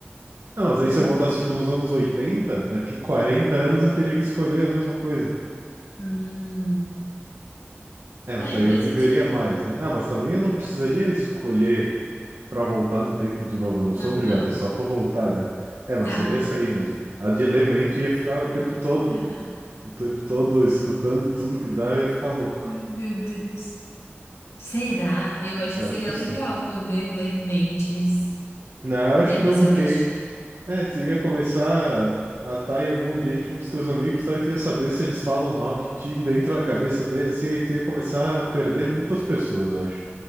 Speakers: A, on the right; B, on the left.
A: Não, mas aí
B: É,
A: se eu voltasse, tipo, nos anos 80, daqui 40 anos eu teria que escolher a mesma coisa.
B: hum.
A: É, mas
B: É,
A: daí
B: faz
A: eu viveria
B: sentido.
A: mais, né? Ah, mas também eu não precisaria escolher pra voltar no tempo de novo, eu não sou
B: Aham.
A: obrigado, é só pra voltar, né? É, mas
B: Tá.
A: seria isso aí mesmo. A de ler mente ia ficar o tempo todo,
B: É. Ai,
A: o tempo todo escutando tudo que dá, eu ia ficar louco.
B: meu Deus. Será? Eu acho
A: Eu
B: que seria
A: acho que sim.
B: legal poder ler mentes.
A: Não, eu acho
B: né?
A: que
B: mas
A: não, porque
B: eu acho.
A: aí
B: que-
A: É, tu ia começar a estar em algum ambiente com os teus amigos, tal, e tu ia saber se eles falam mal de ti dentro da cabeça deles, e aí tu ia começar a perder muitas pessoas, eu acho.